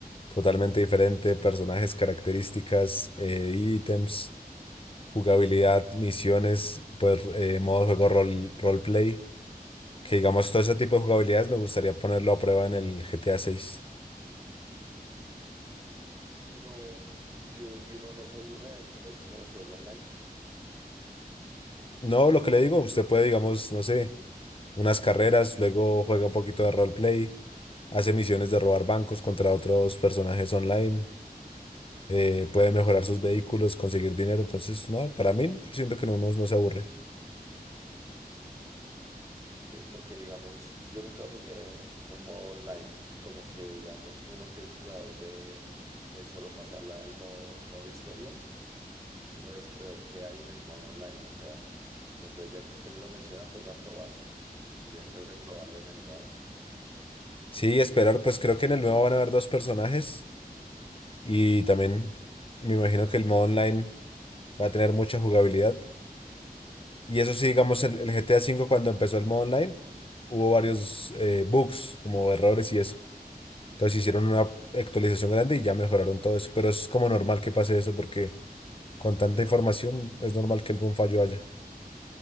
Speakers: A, on the left; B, on the right.
A: totalmente diferente, personajes, características, eh, ítems, jugabilidad, misiones, pues eh, modo de juego rol, roleplay, que digamos todo ese tipo de jugabilidades me gustaría ponerlo a prueba en el GTA 6.
B: pero y, u- y uno no se aburre dentro de ese modo de juego online,
A: No, lo que le digo, usted puede, digamos, no sé, unas carreras, luego juega un poquito de roleplay, hace misiones de robar bancos contra otros personajes online. eh, puede mejorar sus vehículos, conseguir dinero. Entonces, no, para mí, yo siento que no, no, no se aburre.
B: ¿ok? Porque digamos, yo nunca jugué en modo online y como que digamos, uno que es jugador de, de solo pasarla del modo, modo historia, uno dice, pero ¿qué hay en el modo online? O sea, pero entonces ya que usted me lo menciona, toca probarlo. Sería chévere probarlo en el nuevo.
A: Sí, esperar, pues creo que en el nuevo van a haber dos personajes y también me imagino que el modo online va a tener mucha jugabilidad. Y eso sí, digamos, el, el GTA V cuando empezó el modo online, hubo varios eh, bugs, como errores y eso. Entonces hicieron una actualización grande y ya mejoraron todo eso. Pero es como normal que pase eso porque con tanta información es normal que algún fallo haya.